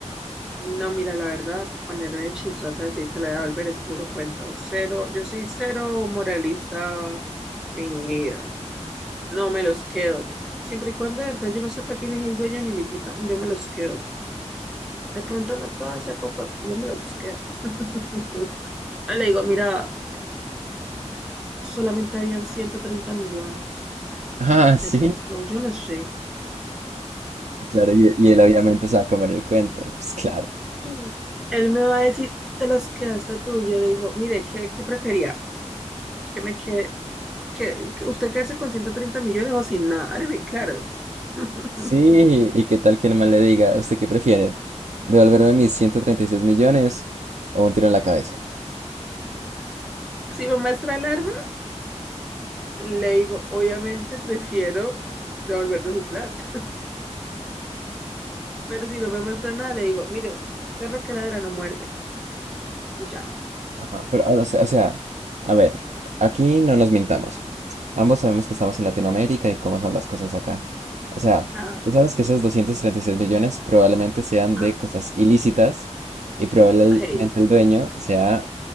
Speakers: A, in the centre; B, on the right (about 75°).
A: No, mira, la verdad, tú ponerme chistosa a decir que la voy a volver es puro cuento. Cero, yo soy cero moralista fingida. No me los quedo. Siempre y cuando, de verdad, yo no sepa quién es el dueño ni ni puta, yo me los quedo. De pronto no todo hace poco, yo me los quedo. <laughs> Le digo, mira, solamente habían 130 millones.
B: Ah, <laughs>
A: El
B: sí,
A: resto, yo no sé.
B: claro, y, y él obviamente se va a comer el cuento, pues claro.
A: Mm. Él me va a decir, te las quedaste tú. Y yo le digo, mire, ¿qué, qué prefería? ¿Que me quede, que, que usted quedarse con 130 millones o sin nada? Hábleme claro. <laughs>
B: Sí, ¿y qué tal que el man le diga, ¿usted qué prefiere? ¿Devolverme mis 136 millones o un tiro en la cabeza?
A: Si me muestra alarma, le digo, obviamente prefiero devolverle su plata. <laughs> Pero si no me muestra nada, le digo, mire, perro que ladra no muerde. Y ya.
B: Ajá, pero, o sea, o sea, a ver, aquí no nos mintamos. Ambos sabemos que estamos en Latinoamérica y cómo son las cosas acá. O sea,
A: Ah,
B: tú sabes que esos 236 millones probablemente sean
A: ah,
B: de cosas ilícitas y probablemente
A: hey,
B: el dueño sea